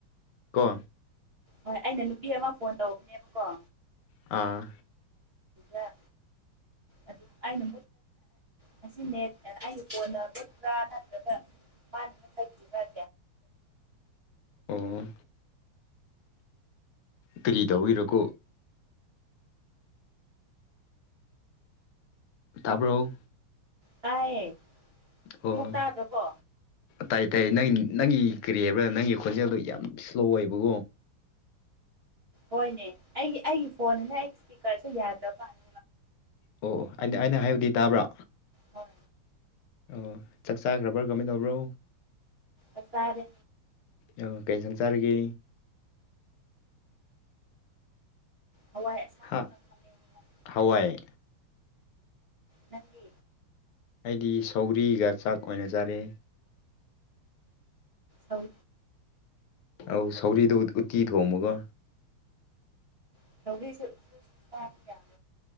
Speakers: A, on the left; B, on the right.
A: ꯀꯣ
B: ꯍꯣꯏ ꯑꯩꯅ ꯅꯨꯄꯤ ꯑꯃ ꯐꯣꯟ ꯇꯧꯕꯅꯦꯕꯀꯣ
A: ꯑꯥ
B: ꯑ ꯑꯗꯨ ꯑꯩꯅꯨ ꯉꯁꯤꯅꯦ ꯑꯩꯒꯤ ꯐꯣꯟꯗ ꯃꯨꯠꯄ꯭ꯔꯥ ꯅꯠꯇ꯭ꯔꯒ ꯃꯥꯟ ꯔ
A: ꯑꯣ ꯀꯔꯤ ꯇꯧꯕꯒꯤꯔꯣꯀꯣ ꯇꯥꯔꯕꯣ
B: ꯇꯥꯏꯌꯦ
A: ꯑꯣ
B: ꯑꯃꯨꯛ ꯇꯥꯗ꯭ꯔꯣꯀꯣ
A: ꯇꯥꯏꯌꯦ ꯇꯥꯏꯌꯦ ꯅꯪ ꯅꯪꯒꯤ ꯀꯔꯤ ꯍꯥꯏꯕ꯭ꯔꯥ ꯅꯪꯒꯤ ꯈꯣꯟꯖꯦꯜꯗꯨ ꯌꯥꯝ ꯏꯁꯂꯣ ꯑꯣꯏꯕꯀꯣ
B: ꯍꯣꯏꯅꯦ ꯑꯩꯒꯤ ꯑꯩꯒꯤ ꯐꯣꯟꯗꯅ ꯑꯩꯒꯤ ꯏꯁꯄꯤꯀꯔꯁꯦ ꯌꯥꯗꯕ ꯄꯥꯅꯤ
A: ꯑꯣ ꯑꯩꯅ ꯑꯩꯅ ꯍꯥꯏꯕꯗꯤ ꯇꯥꯕ꯭ꯔꯥ
B: ꯍꯣꯏ
A: ꯑꯣ ꯆꯥꯛ ꯆꯥꯈ꯭ꯔꯕ꯭ꯔꯥ ꯀꯃꯥꯏꯅ ꯇꯧꯕ꯭ꯔꯣ
B: ꯑꯇꯥꯥꯔꯦ
A: ꯑꯣ ꯀꯔꯤ ꯏꯟꯁꯥꯡ ꯆꯥꯔꯒꯦ
B: ꯍꯋꯥꯏ ꯑꯁꯥꯡꯕꯒ
A: ꯍꯥ
B: ꯈꯥꯃꯦꯟ
A: ꯍꯋꯥꯏ
B: ꯅꯒꯤ
A: ꯑꯩꯗꯤ ꯁꯧꯔꯤꯒ ꯆꯥꯛ ꯑꯣꯏꯅ ꯆꯥꯔꯦ
B: ꯍꯧ
A: ꯑꯧ ꯁꯧꯒ꯭ꯔꯤꯗꯨꯣ ꯎꯠꯇꯤ ꯊꯣꯡꯕꯒꯣ
B: <unintelligible>